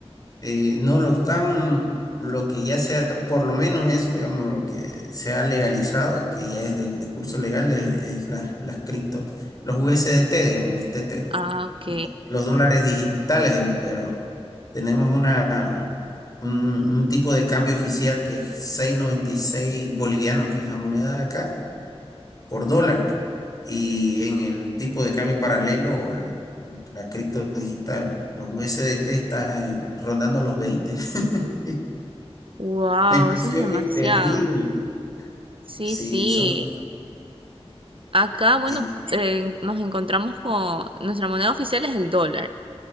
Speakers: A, on the left; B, on the right.
A: Eh, no, lo que están, lo que ya sea, por lo menos eso, digamos, lo que se ha legalizado, que ya es de, de curso legal, es, es las, las cripto, los U S D T digamos, los Tether,
B: Ah, ok.
A: los dólares digitales, digamos, pero tenemos una, un, un tipo de cambio oficial que es seis noventa y seis bolivianos, que es la moneda de acá, por dólar. Y en el tipo de cambio paralelo o el- la cripto digital, los USDT están en- rondando los veinte <laughs>
B: Wow,
A: La inflación
B: eso es demasiado.
A: es terrible.
B: Sí,
A: Sí,
B: sí.
A: son,
B: Acá, bueno,
A: y
B: eh, nos encontramos con nuestra moneda oficial es el dólar.